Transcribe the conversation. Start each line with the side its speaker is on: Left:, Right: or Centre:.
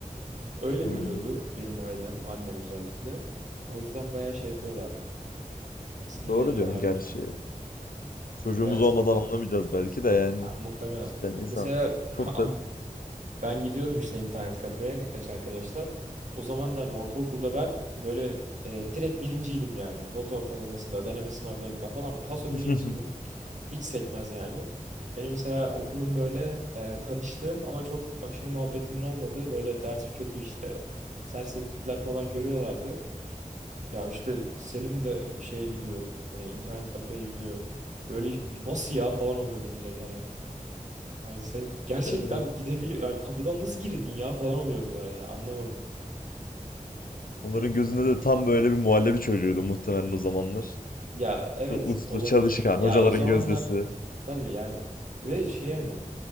Right: Öyle
Left: Hmm,
Right: görüyordu benim ailem, annem özellikle. O yüzden bayağı şey yapıyorlardı. Sinirleniyorlardı.
Left: Doğru diyorsun gerçi. Çocuğumuz
Right: Evet.
Left: olmadan anlamayacağız belki de yani.
Right: Ya, muhtemelen.
Left: Cidden insan
Right: Mesela <laughs>
Left: çok
Right: abi
Left: da...
Right: ben gidiyordum işte internet kafeye birkaç arkadaşla. O zaman da hani ortaokulda ben böyle e, direkt birinciydim yani. Not ortalamasında, deneme sınavlarında falan paso
Left: <laughs>
Right: birinciydim. Hiç sekmez yani. Benim mesela okulum böyle e, tanıştığım ama çok aşırı muhabbetimin olmadığı böyle dersi kötü işte serseri tipler falan görüyorlardı. Ya işte Selim de şeye gidiyor. Hani internet kafeye gidiyor. Böyle nasıl ya falan oluyordu millet hani. Hani sen gerçekten
Left: Evet.
Right: gidebilir hani kapıdan nasıl girdin ya falan oluyordular ya anlamadım.
Left: Onların gözünde de tam böyle bir muhallebi çocuğuydu muhtemelen o zamanlar.
Right: Ya evet
Left: Şu uslu,
Right: olabilir.
Left: çalışkan,
Right: Ya
Left: hocaların
Right: o zamanlar
Left: gözdesi.
Right: tabii yani. Ve şey hani